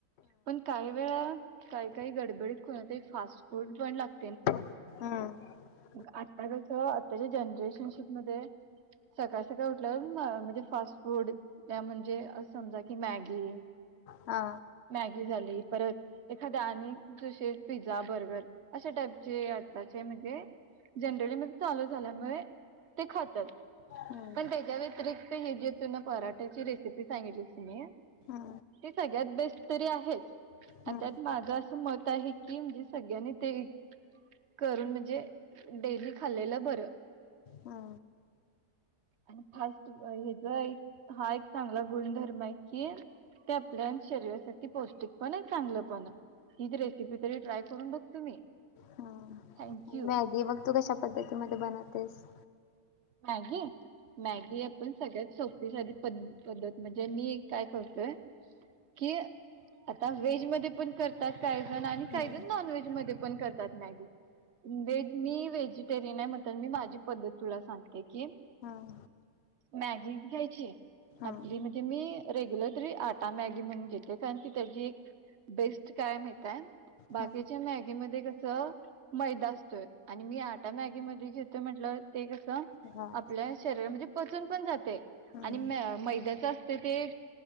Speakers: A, on the right; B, on the left.
A: पण काही वेळा काही काही गडबडीत कोणात फास्ट फूड प लागत.
B: हम्म.
A: मग आता कसं आताच्या जनरेशन. म सकाळ सकाळ उठल्यावर म्हणजे फास्ट फूड. त्या म्हणजे अस समजा कि मॅगी.
B: हा
A: मॅगी झाली परत एखाद्या अने जुसे पिझ्झा बर्गर अशा टाईपचे. त्याचे म्हणजे. जनरली मग चालू झाल्यामुळे ते खातात
B: हम्म
A: पण त्याच्या व्यतिरिक्त हे जे. तुन पराठ्याची रेसिपी सांगितलीस कणी.
B: हा.
A: ते सगळ्यात बेस्ट तरी आहेच आणि
B: हम्म
A: त्यात माझं असं मत आहे. की म्हणजे सगळ्यांनी ते करून म्हणजे डेली खाल्लेलं बरं.
B: हा.
A: आणि फास्ट हचा एक हा एक चांगला गुणधर्म आहे की. ते आपल्या शरीरासाठी पौष्टिक पण आहे चांगलं पण आहे ही रेसिपी तरी ट्राय करून ब. तुम्ही.
B: हा आणि
A: थँक्यू
B: मॅगी मग तू कशा पद्धतीमध्ये बनवतेस.
A: Maggi Maggi. पण सगळ्यात सोपीशाली प पद्धत म्हणजे मी काय करतोय. कि आता व्हेज मध्ये पण कर. काही जण आणि
B: हम्म
A: काही जण नॉन व्हेज मध्ये पण करतात मॅगी व्हेज मी व्हेज- टेरिन आहे म्हनतर मी माझी पद्धत. कि
B: हम्म
A: मॅगी घ्यायची
B: हम्म
A: आपली म. मी रेग्युलर तरी आटा मॅगी म्हणून घेते कारण की त्याची एक. बेस्ट काय माहिताय बाकीचे
B: हम्म
A: मॅगी. मध्ये कस मैदा असतोय आणि मी आटा मॅगी म घेतो म्हटलं ते कसं.
B: घात.
A: आपल्या शरीरामध्ये पचन पण जाते
B: हम्म
A: आणि म मैद्याच- ते ते